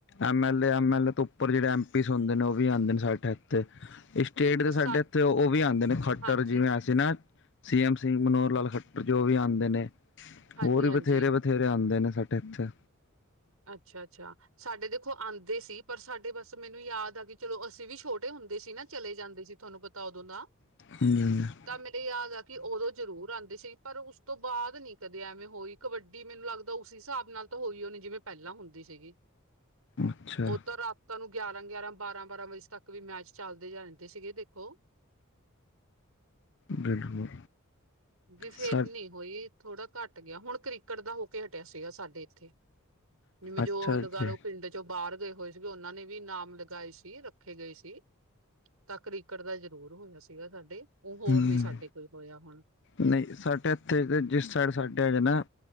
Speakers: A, on the left; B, on the right.
A: ਐਮ ਐਲ ਏ ਐਮ
B: ਅੱਛਾ,
A: ਐਲ ਏ ਤੋਂ ਉੱਪਰ ਜਿਹੜੇ ਐਮ ਸੋਂਦੇ ਨੇ ਉਹ ਵੀਉਂ ਨੇ ਸਾਡੇ ਇੱਥੇ ਸਟੇਟ ਦੇ
B: ਬਸ
A: ਸਾਡੇ
B: ਸਾ-
A: ਇੱਥੇ ਉਹ ਵੀ ਆਉਂਦੇ ਨੇ ਖੱਟਰ
B: ਹਾਂਜੀ
A: ਜਿਵੇਂ ਅਸੀਂ ਨਾ ਸੀ ਐਮ ਸਿੰਘ ਮਨੋ ਲਾਲ ਖੱਟਰ ਜੋ ਵੀ ਆਉਂਦੇ ਨੇ
B: ਹਾਂਜੀ
A: ਹੋਰ
B: ਹਾਂਜੀ
A: ਵੀ ਬਥੇਰੇ ਬਥੇਰੇ ਆਉਂਦੇ ਨੇ ਸਾਡੇ ਇੱਥੇ
B: ਅੱਛਾ ਅੱਛਾ ਸਾਡੇ ਦੇਖੋ ਆਉਂਦੇ ਸੀ ਪਰ ਸਾਡੇ ਬਸ ਮੈਨੂੰ ਯਾਦ ਆ ਕਿ ਚਲੋ ਅਸੀਂ ਵੀ ਛੋਟੇ ਹੁੰਦੇ ਸੀ ਨਾ ਚਲੇ ਜਾਂਦੇ ਸੀ ਤੁਹਾਨੂੰ ਪਤਾ ਓਦੋ ਨਾ
A: <unintelligible>
B: ਤਾਂ ਮੇਰੇ ਯਾਦ ਆ ਕਿ ਉਦੋਂ ਜ਼ਰੂਰ ਆਉਂਦੇ ਸੀ ਪਰ ਉਸ ਤੋਂ ਬਾਅਦ ਨੀ ਕਦੇ ਐਵੇਂ ਹੋਈ ਕਬੱਡੀ ਮੈਨੂੰ ਲੱਗਦਾ ਉਸ ਹਿਸਾਬ ਨਾਲ ਤਾਂ ਹੋਈ ਉਹਨੇ ਜਿਵੇਂ ਪਹਿਲਾਂ ਹੁੰਦੀ ਸੀਗੀ
A: ਅੱਛਾ
B: ਉਹ ਤਾਂ ਰਾਤ ਤੁਹਾਨ ਨੂੰ ਗਿਆਰਾਂ ਗਿਆਰਾਂ ਬਾਰਾਂ ਬਾਰਾਂ ਵਜੇ ਤੱਕ ਵੀ ਮੈਚ ਚੱਲਦੇ ਰਹਿੰਦੇ ਸੀਗੇ ਦੇਖੋ
A: ਬਿਲਕੁਲ
B: ਬ ਫੇਰ
A: ਸਾ
B: ਨੀ ਉਹੀ ਥੋੜਾ ਘੱਟ ਗਿਆ ਹੁਣ ਕ੍ਰਿਕਟ ਦਾ ਹੋ ਕੇ ਹਟਿਆ ਸੀਗਾ ਸਾਡੇ ਇੱਥੇ ਜਿਵੇਂ ਜੋ
A: ਅੱਛਾ
B: ਲਗਾ
A: ਜੀ
B: ਲਓ ਪਿੰਡ ਚੋਂ ਬਾਹਰ ਗਏ ਹੋਏ ਸੀਗੇ ਉਹਨਾਂ ਨੇ ਵੀ ਇਨਾਮ ਲਗਾਏ ਸੀ ਰੱਖੇ ਗਏ ਸੀ ਤਕਰੀਕੜ ਦਾ ਜ਼ਰੂਰ ਹੋਇਆ ਸੀਗਾ ਸਾਡੇ ਉਹ ਹੋਰ
A: ਹਮ
B: ਨੇ ਸਾਡੇ ਕੋਲ ਹੋਇਆ ਹੁਣ
A: ਨਹੀਂ ਸਾਡੇ ਇੱਥੇ ਜਿਸ ਸਾਈਡ ਸਾਡੇ ਹੈਗੇ ਨਾ